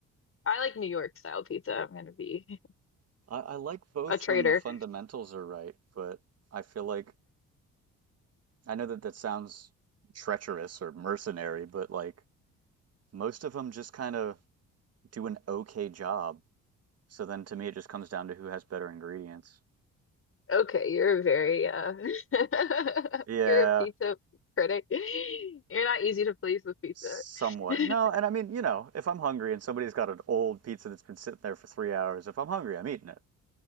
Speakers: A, on the left (about 45°); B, on the right (about 55°).
A: I like New York style pizza. I'm gonna be
B: I like both
A: <laughs> a traitor.
B: when the fundamentals are right, but I feel like I know that that sounds treacherous or mercenary, but like most of them just kind of do an okay job. So then to me, it just comes down to who has better ingredients.
A: Okay, you're a very uh <laughs>
B: Yeah,
A: you're a pizza critic. <laughs> You're not easy to please with pizza.
B: somewhat.
A: <laughs>
B: No, and I mean, you know, if I'm hungry and somebody's got an old pizza that's been sitting there for three hours, if I'm hungry, I'm eating it.